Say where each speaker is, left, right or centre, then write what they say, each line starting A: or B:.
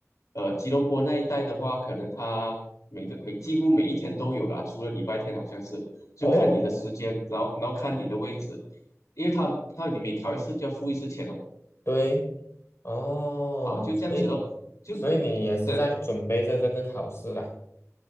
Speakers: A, on the left (about 80°); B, on the left (about 55°).
A: 呃吉隆坡那一带的话，可能它每个每几乎每一天都有啦，除了礼拜天好像是，就看你的时间，
B: 哦，
A: 然后然后看你的位置，因为他他你每考一次就要付一次钱哦，
B: 对，哦，
A: 啊就这样子咯，
B: 所以，
A: 就
B: 所以你也是在准备着这个考试啦。
A: 对。